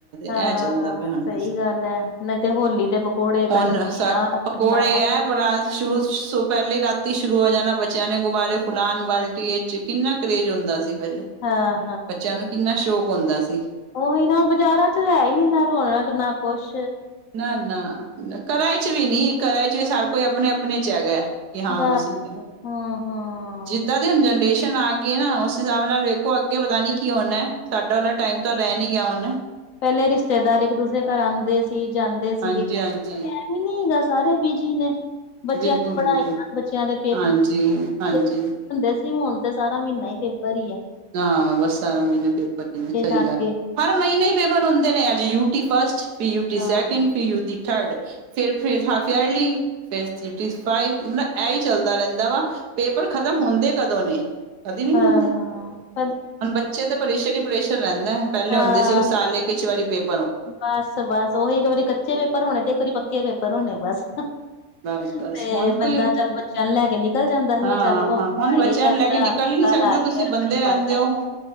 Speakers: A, on the left (about 65°); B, on the right (about 75°).
A: ਹਾਂ
B: ਐ ਚੱਲਦਾ ਪਿਆ ਹੁਣ
A: ਸਹੀ
B: ਬਸ,
A: ਗੱਲ ਹੈ ਨਹੀਂ ਤੇ ਹੋਲੀ ਤੇ ਪਕੌੜੇ
B: ਹੁਣ
A: ਕੱਢਣੇ
B: ਸ
A: ਆ ਕਰਨਾ
B: ਪਕੌੜੇ ਐ ਰਾ ਸ਼ੁਰੂ ਤੋਂ ਪੈਲੇ ਰਾਤੀ ਸ਼ੁਰੂ ਹੋ ਜਾਨਾ ਬੱਚਿਆਂ ਨੇ ਗੁਬਾਰੇ ਫੁਲਾਨ ਬਾਲਟੀ ਬ ਕਿੰਨਾ ਕਰੇਜ ਹੁੰਦਾ ਸੀ ਪੈਲਾਂ,
A: ਹਾਂ
B: ਬੱਚਿਆਂ ਨੂੰ ਕਿੰਨਾ ਸ਼ੌਕ ਹੁੰਦਾ ਸੀ।
A: ਓਹੀ ਨਾ ਬਾਜ਼ਾਰਾਂ ਚ ਹੈਈਨੀ ਨਾ ਰੋਣਕ ਨਾ ਕੋਛ।
B: ਨਾ ਨਾ ਕਰਾ 'ਚ ਵੀ ਨੀਂ ਘਰਾਂ 'ਚ ਵੀ ਸਾਰ ਕੋਈ ਅਪਣੇ-ਅਪਣੇ 'ਚ ਹੈਗਾ। ਕਿ ਹਾਂ,
A: ਬਸ
B: ਅਸੀਂ
A: ਹਾਂ ਹਾਂ
B: ਜਿੱਦਾਂ ਹੁਣ ਜਨਰੇਸ਼ਨ ਆ ਗਈ ਨਾ ਓਸ ਹਿਸਾਬ ਨਾਲ ਵੇਖੋ ਅੱਗੇ ਪਤਾ ਨੀ ਕਿ ਹੋਣਾ। ਸਾਡਾ ਆਲਾ ਟਾਈਮ ਤਾਂ ਰੈ ਨੀਂ ਗਯਾ ਹੁਨ।
A: ਪੈਲੇ ਰਿਸ਼ਤੇਦਾਰ ਇੱਕ ਦੂਸਰੇ ਘਰ ਆਂਦੇ ਸੀ ਜਾਂਦੇ ਸੀ।
B: ਹਾਂਜੀ ਹਾਂਜੀ
A: ਮਿਨੀਗਾਂ, ਸਾਰੇ ਬਿਜੀ ਨੇ। ਬੱਚੇਆਂ
B: ਬਿਲਕੁਲ
A: ਦੀ ਪੜ੍ਹਾਈਆਂ,
B: ਬਿਲਕੁਲ
A: ਬੱਚੇਆਂ ਦੇ ਪੇਪਰ
B: ਹਾਂਜੀ ਹਾਂਜੀ
A: ਹੁੰਦੇ ਸੀ ਹੋਨ ਤੇ ਸਾਰਾ ਮੀਨਾ ਈ ਪੇਪਰ ਈਂ ਐ।
B: ਹਾਂ ਬਸ ਸਾਰਾ ਮੀਨੇ ਪੇਪਰ ਈ ਨੇ, ਸਈ
A: ਜਾਣਗੇ
B: ਗੱਲ ਐ। ਹਰ ਮਹੀਨੇ ਹੀ ਪੇਪਰ ਹੁੰਦੇ ਨੇ ਅੱਜ ਯੂਟੀ ਫਸਟ, ਪੀ ਯੂਟੀ
A: ਹਾਂ
B: ਸੈਕਿੰਡ, ਪੀ ਯੂਟੀ ਥਰਡ। ਫੇਰ ਫੇਰ ਹਾਫ ਯਰਲੀ, ਫਿਰ ਪੀਯੂ ਟੀ ਫਾਈਵ ਮਤਲਬ ਐਈਚੱਲਦਾ ਰੈਂਦਾ ਵਾ। ਪੇਪਰ ਖਤਮ ਹੁੰਦੇ ਕਦੋਂ ਨੇ? ਕਦੇ ਵੀ
A: ਹਾਂ-ਹਾਂ।
B: ਨਹੀਂ ਹੁੰਦੇ ਹੁਣ ਬੱਚੇ ਤਾਂ ਪ੍ਰੇਸ਼ਰ ਈ ਪ੍ਰੇਸ਼ਰ ਰੈਂਦਾ ਪੈਲੇ
A: ਹਾਂ
B: ਹੁੰਦੇ ਸੀ ਸਾਲੇ ਚ ਇੱਕ ਵਾਰੀ ਪੇਪ
A: ਬਸ ਬਸ ਓਹੀ ਇੱਕ ਵਾਰੀ ਕੱਚੇ ਪੇਪਰ ਹੋਣੇ, ਤੇ ਇੱਕ ਵਾਰੀ ਪੱਕੇ ਪੇਪਰ ਹੋਣੇ ਬਸ।
B: ਬਸ
A: ਤੇ
B: ਬਸ ਹੁਣ ਕੋਈ
A: ਬੰਦਾ ਚੱਲ ਬੱਚਿਆਂ ਨੂੰ ਲੈਕੇ ਨਿਕਲ ਜਾਂਦਾ ਸੀ
B: ਹਾਂ
A: ਵੀ ਚੱਲ ਘੁੰਮ
B: ਹਾਂ ਹੁਣ
A: ਫਿਰਈਏ
B: ਬੱਚਿਆਂ
A: ਚੱਲ
B: ਨੂੰ ਲੈ
A: ਪਿਆ
B: ਕੇ ਨਿਕਲ
A: ਟਿੱਕਾ
B: ਹੀ ਨਹੀਂ ਸਕਦੇ
A: ਲਾਈਏ,
B: ਤੁਸੀਂ
A: ਰੱਖੜੀ
B: ਬੰਦੇ ਰਹਿੰਦੇ
A: ਬੰਨ ਆਈਏ।
B: ਹੋ